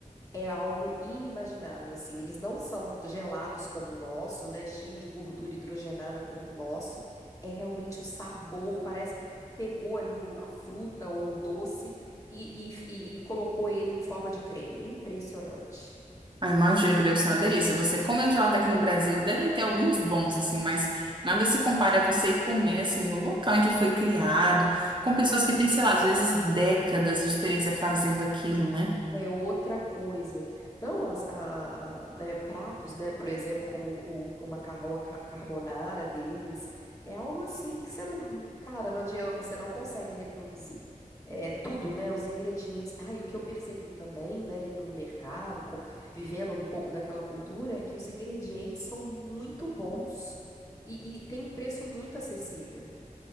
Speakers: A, on the left (about 25°); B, on the right (about 35°).
A: É algo inimaginável, assim. Eles não são gelados como o nosso, né? Cheio de gordura hidrogenada como o nosso. É realmente o sabor, parece que pegou ali o- a fruta ou o doce e, e, e- e colocou ele em forma de creme. É impressionante.
B: Ah, imagino que deve ser uma delícia. Você comer gelato aqui no Brasil, devem ter alguns bons, assim, mas nada se compara a você ir comer, assim, no local em que foi criado, com pessoas que têm, sei lá, às vezes décadas de experiência fazendo aquilo, né?
A: É outra coisa. Não, as, a, a- a, né, pratos, né, por exemplo, como o, o macarrão a ca- carbonara deles, é algo assim que você não, cara, não adianta, você não consegue reproduzir. É tudo, né, os ingredientes. Ah, e o que eu percebi também, né, indo no mercado, co- vivendo um pouco daquela cultura, é que os ingredientes são muito bons e, e tem um preço muito acessível.